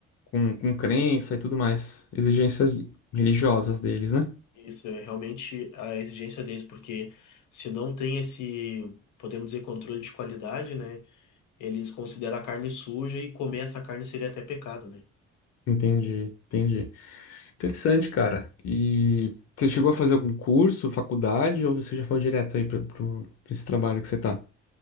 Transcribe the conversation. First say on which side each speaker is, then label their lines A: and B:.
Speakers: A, on the left; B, on the left.
A: com, com crença e tudo mais. Exigências religiosas deles, né?
B: Isso é realmente a exigência deles, porque se não tem esse, podemos dizer, controle de qualidade, né? Eles consideram a carne suja e comer essa carne seria até pecado, né?
A: Entendi, entendi. Interessante, cara. E você chegou a fazer algum curso, faculdade, ou você já foi direto aí para esse trabalho que você tá?